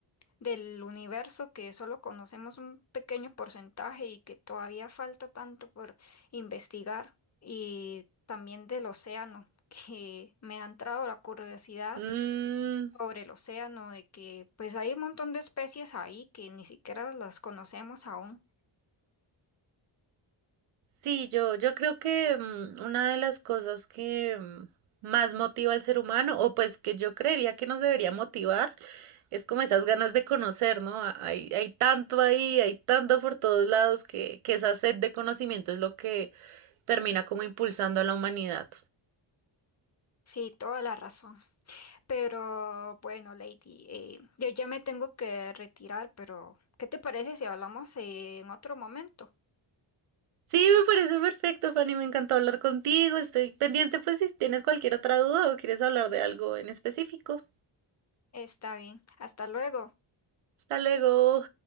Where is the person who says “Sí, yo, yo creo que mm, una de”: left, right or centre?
Right